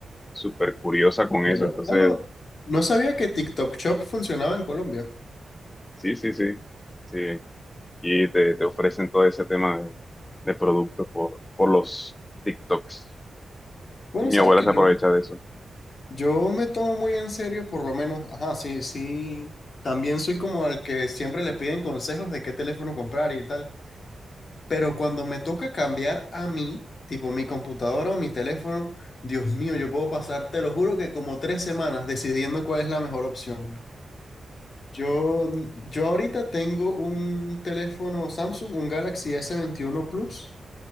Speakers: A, on the left (about 20°); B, on the left (about 55°).
A: súper curiosa con
B: Qué
A: eso.
B: loco.
A: Entonces,
B: Ah, no, no sabía que TikTok Shop funcionaba en Colombia.
A: sí, sí, sí. Sí. y te, te ofrecen todo ese tema de, de productos por, por los TikToks.
B: Bueno,
A: Y mi
B: sabes
A: abuela
B: que
A: se aprovecha
B: yo
A: de eso.
B: Yo me tomo muy en serio, por lo menos, ajá, sí, sí, también soy como al que siempre le piden consejos de qué teléfono comprar y tal, pero cuando me toca cambiar a mí, tipo mi computadora o mi teléfono, Dios mío, yo puedo pasar, te lo juro que como tres semanas decidiendo cuál es la mejor opción. Yo, yo ahorita tengo un teléfono Samsung, un Galaxy s veintiuno Plus,